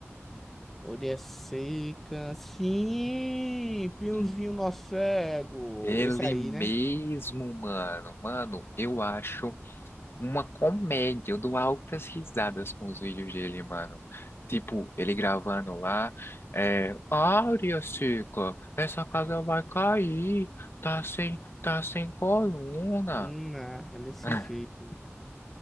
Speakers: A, in the centre; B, on the left (about 55°).
A: Orelha seca. Sim, Piozinho
B: Sim.
A: nosso cego.
B: Ele
A: Esse aí,
B: mesmo,
A: né?
B: mano. Mano, eu acho. uma comédia. Eu dou altas risadas com os vídeos dele, mano. Tipo, ele gravando lá, é, Áurea, Cica, essa casa vai cair, tá sem, tá sem coluna.
A: Hum, ah, é desse
B: <laughs>
A: jeito.